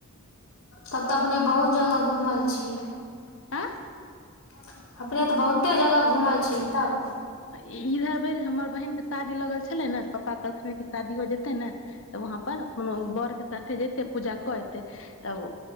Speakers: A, on the left; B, on the left.
A: तब तऽ अपने बहुत जगह घुमल छियै आ
B: आँ
A: <inaudible> अपने तऽ बहुते जगह घुमल छियै तब
B: इधर बेर हमर बहिनके शादी लगल छलै ने पपा कहलखिन कि शादी हो जेतै ने तऽ वहाँं बर के साथे जते पूजा कर एते तब